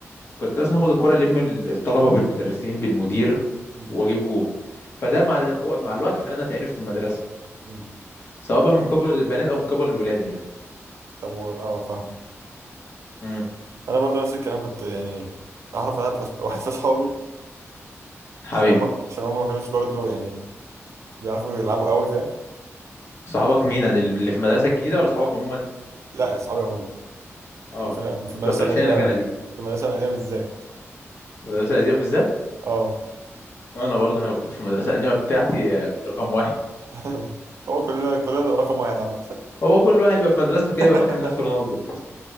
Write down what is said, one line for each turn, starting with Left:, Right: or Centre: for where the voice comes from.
Left: كنت مثلا اخد الكرة الم الطلبة بالمدرسين بالمدير
Right: امم
Left: واجيب جول فده مع مع الوقت خلانا اتعرف في المدرسة
Right: امم
Left: سواء بقى من قبل البنات او من قبل الولاد يعني
Right: طب و- اه فاهم
Left: امم
Right: انا برضه نفس الكلام كنت يعني اعرف واحد في واحد في اصحابي
Left: حبيبي
Right: عشان هم عشان هم ما كانوش برضه يعني بيعرفوا يلعبوا قوي فاهم
Left: صحابك مين يعني اللي في المدرسة الجديدة ولا صحابك عموما
Right: لا اصحابي عموما
Left: اه
Right: وفي في المدرسه
Left: بفرشها
Right: القديمه
Left: لك انا دي
Right: في المدرسه القديمه بالذات
Left: المدرسة القديمة بالذات
Right: اه
Left: وانا برضه أنا كنت في المدرسة القديمة بتاعتي آه، كنت رقم واحد
Right: <laughs> هو كلنا كلنا رقم واحد عامه
Left: هو كل واحد بيبقى في مدرسته كده
Right: <laughs>
Left: يبقى فاكر نفسه رونالدو <laughs>